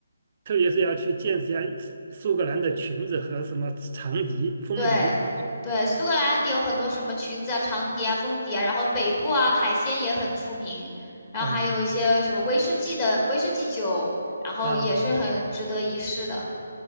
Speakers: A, on the right; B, on the left.
A: 特别是要去见识一下苏格兰的裙子和什么长笛、风笛
B: 对对，苏格兰有很多什么裙子啊、长笛啊、风笛啊，然后北部啊海鲜也很出名，然后还有一些什么威士忌的威士忌酒，
A: 啊
B: 然后也是很值得一试的。
A: 啊